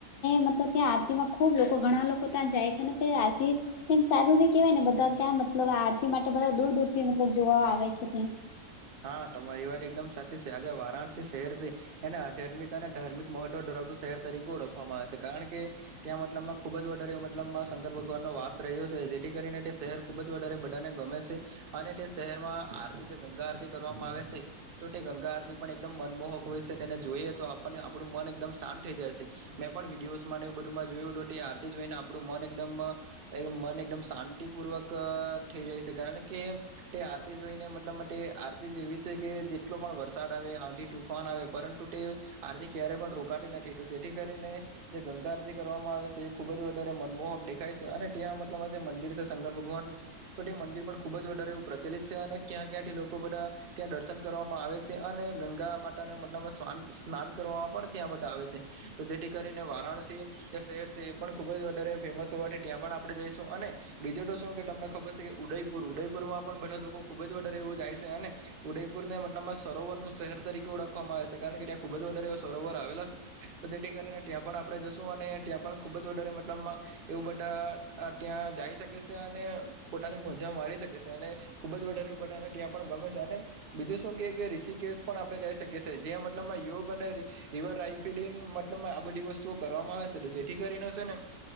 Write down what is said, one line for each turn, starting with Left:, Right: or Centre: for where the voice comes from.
Left: મતલબ ત્યાં આરતીમાં ખુબ લોકો ઘણા લોકો ત્યાં જાય છે ને તે આરતી એમ સારું બી કેહેવાય ને બધા ક્યાં મતલબ આરતી માટે બધા દૂર દૂર થી મતલબ જોવા આવે છે ત્યાં.
Right: હા તમારી વાત એકદમ સાચી છે. આજે વારાણસી શહેર છે, એને આધ્યાત્મિક અને ધાર્મિક મહત્વ ધરાવડું શહેર તરીકે ઓળખવામાં આવે છે. કારણ કે ત્યાં મતલબમાં ખુબ જારે મતલબ શંર <unintelligible> ભગવાન નો વાસ રહ્યો છે જેથી કરીને તે શહેર ખુબ જ વધારે બધાને ગમે છે. અને તે શહેરમાં આરતી જે ગંગા આરતી કરવામાં આવે છે. તો તે ગંગા આરતી પણ એકદમ મનમોહક હોય છે. તેને જોઈએ તો આપણને આપણું મન એકદમ શાંત થઈ જાયશે. મેં પણ વિડિયોઝમાં ને એવું બધુંમાં જોયું હતું. તે આરતી જોઈને આપણું મન એકદમ એટલે મન એકદમ શાંતિપૂર્વક અહ થઈ જાય છે. કારણ કે તે આરતી જોઈને મતલબ માટે આર તી જેવી છે કે જેટલો પણ વરસાદ આવે, આંધી તુફાન આવે પરંતુ તે આરતી ક્યારેય પણ રોકાતી નથી. તો જેથી કરીને જે ગંગા આરતી કરવામાં આવે છે એ ખુબ જ વધારે મનમોહક દેખાય છે. અને ત્યાં મતલબ આ જે મંદિર છે શંકર ભગવાન પણ એ મંદિર પણ ખુબ જ વધારે એવું પ્રચલિત છે. અને ક્યાં ક્યાં થી લોકો બધા ત્યાં દર્શન કરવામાં આવે છે. અને ગંગા માતા ના મતલબ સ્ન સ્નાન કરવામાં પણ ત્યાં બધા આવે છે. તો જેથી કરીને વારાણસી જે શહેર છે એ પણ ખૂબ જ વધારે ફેમસ હોવાથી ત્યાં પણ આપણે જઈશું અને બીજો તો શું કે તમને ખબર છે કે ઉદયપુર ઉદયપુર માં બધા લોકો ખુબ જ વધારે એવું છે અને ઉદયપુર ને મતલબ આ સરોવર નું શહેર તરીકે ઓળખવામાં આવે છે કારણ કે ત્યાં ખુબ જ વધારે એવા સરોવર આવેલા છે. તો જેથી કરીને ત્યાં આપણે જશું અને ત્યાં પણ જ વધારે મતલબમાં એવું બધા અહ ત્યાં જઈ શકે છે અને પોતાની મજા મારી શકે છે અને ખુબ જ વધારે એ બધાને ત્યાં પણ ગમે અને બીજું શું કે ઋષિકેશ પણ આપડણે જઈ શકીએ છીએ જેયાં મતલબમાં યોગ અને રી રિવર રાઈફીડિંગ મતલબ આ બધી વસ્તુઓ કરવામાં આવે છે તો જેથી કરીને હશે ને